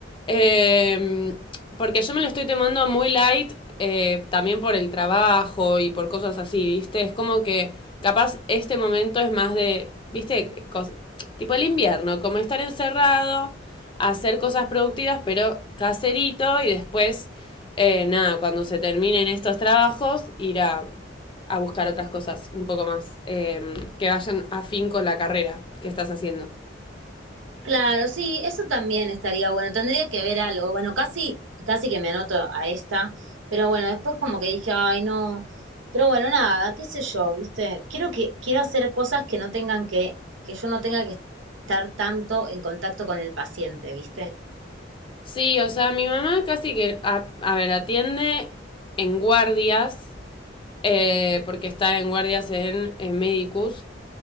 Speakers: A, on the left; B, on the right.
A: Eh, porque yo me lo estoy tomando muy light, eh, también por el trabajo y por cosas así, ¿viste? Es como que capaz este momento es más de, ¿viste? Cos- tipo el invierno, como estar encerrado, hacer cosas productivas, pero caserito y después, eh, nada, cuando se terminen estos trabajos, ir a a buscar otras cosas un poco más eh, que vayan afín con la carrera que estás haciendo.
B: Claro, sí, eso también estaría bueno. Tendría que ver algo. Bueno, casi, casi que me anoto a esta, pero bueno, después como que dije, ay, no. Pero bueno, nada, qué sé yo, ¿viste? Quiero que, quiero hacer cosas que no tengan que, que yo no tenga que estar tanto en contacto con el paciente, ¿viste?
A: Sí, o sea, mi mamá casi que, a, a ver, atiende en guardias, eh, porque está en guardias en, en Medicus,